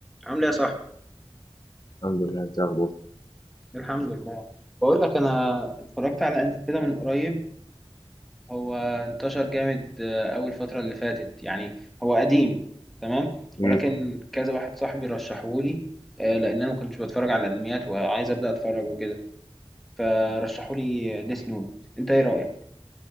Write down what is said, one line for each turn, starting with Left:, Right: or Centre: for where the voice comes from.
Centre: عامل ايه يا صاحبي
Left: الحمد لله انت اخبار
Centre: الحمد لله بقول لك انا اتفرجت على انمي كده من قريب هو انتشر جامد آه، اول فتره اللي فاتت يعني هو قديم تمام
Left: امم
Centre: ولكن كذا واحد صاحبي رشحه لي آه، لان انا ما كنتش بتفرج على الانميات وعايز ابدا اتفرج وكده فرشحوا لي ديس نوت انت ايه رايك